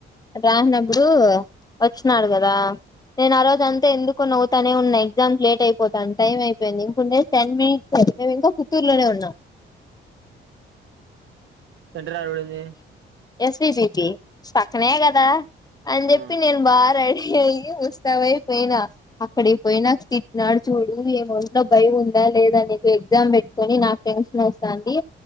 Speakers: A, on the left; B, on the right.
A: రానప్పుడు వచ్చినాడు కదా నేను ఆ రోజ అంతే ఎందుకు నవ్తానే ఉన్నాయి ఎగ్జామ్ లేట్ అయిపో తాం టైం అయిపోయింది ఇంండే టెన్ మినిట్స్ అ మేము ఇంకా పుత్తూరులోనే ఉన్నాం
B: సెంటర్యాడ పడింది
A: ఎస్. వి. జీ. టి పక్కనే కదా అని
B: ఆ
A: చెప్పి నేను బారెడీ ఎం వస్తావేపోయినా అక్కడికిపోయినాక తిట్టినాడు చూడు ఏ ఒంట్లో భయం ఉందా లేదా నీకు ఎగ్జామ్ పెట్ కొనీ నాక్ టన్షన్ వస్తుంది